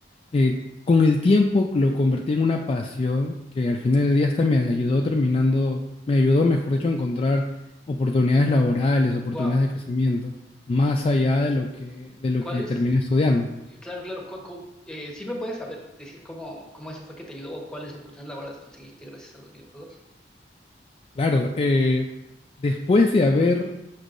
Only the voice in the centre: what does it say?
wow.
¿Cuál
es?
eh, Claro, claro. cu- cu- eh, ¿sí me puedes saber decir cómo, cómo eso fue que te ayudó o cuáles oportunidades laborales conseguiste gracias a los videojuegos?